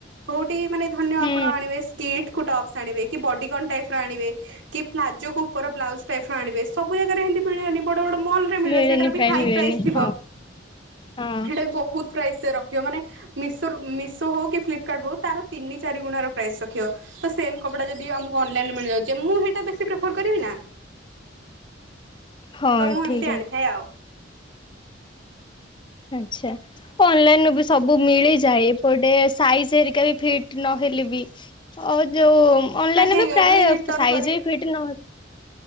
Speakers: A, on the right; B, on the left.
A: କୋଉଠି ମାନେ ଧରିନିଅ
B: ହୁଁ
A: ଆପଣ ଆଣିବେ ସ୍କିଟ୍ କୁ ଟପ୍ସ ଆଣିବେ କି ବଡିଗନ୍ ଟାଇପ ର ଆଣିବେ। କି ପ୍ଲାଜୋ କୁ ଉପର ବ୍ଲାଉଜ ଟାଇପ ର ଆଣିବେ ସବୁ ଜାଗାରେ ଏମିତି ମିଳିବନି ବଡ ବଡ ମଲ ମିଳିବ
B: ମିଳେନି
A: ସେଟା ବି
B: ପ୍ରାୟ
A: ହାଇ
B: ମିଳେନି
A: ପ୍ରାଇଜ୍ ଥିବ।
B: ହଁ। ହଁ
A: ସେଟା ବି ବହୁତ ପ୍ରାଇଜ୍ ରଖିବ ମାନେ ମିଶୋ ରୁ ମିଶୋ ହଉ କି ଫ୍ଲିପକାର୍ଟ ହଉ ତାର ତିନି ଚାରି ଗୁଣା ର ପ୍ରାଇସ୍ ରଖିବ। ତ ସେମ କପଡା ଯଦି ଆମକୁ ଅନଲାଇନରେ ମିଳିଯାଉଛି। ମୁଁ ହେଇଟା ବେଶି ପ୍ରିଫର କରିବି ନା।
B: ହଁ
A: ତ ମୁଁ
B: ଠିକ
A: ଏମିତି ଆଣିଥାଏ ଆଉ।
B: ଆଛା ଅନଲାଇନ ରୁ ବି ସବୁ ମିଳିଯାଏ। ଗୋଟେ ସାଇଜ ହେରିକା ବି ଫିଟ୍ ନହେଲେ ବି ଆଉ ଯୋଉ ଅନଲାଇନ
A: ଆଜ୍ଞା ଆଜ୍ଞା
B: ବି ପ୍ରାୟ
A: ଏବେ ରିଟର୍ଣ
B: ସାଇଜ
A: କରି
B: ବି ଫିଟ୍ ନ ହଁ